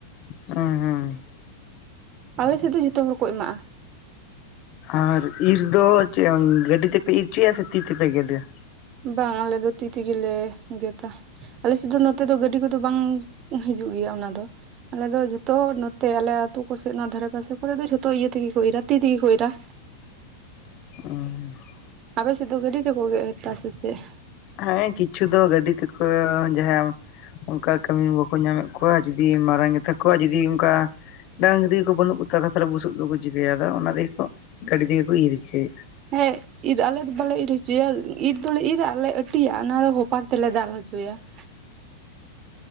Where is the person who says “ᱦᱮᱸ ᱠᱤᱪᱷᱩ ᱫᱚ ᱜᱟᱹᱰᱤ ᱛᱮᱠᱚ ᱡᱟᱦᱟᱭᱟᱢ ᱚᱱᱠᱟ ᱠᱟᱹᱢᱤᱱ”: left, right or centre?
Left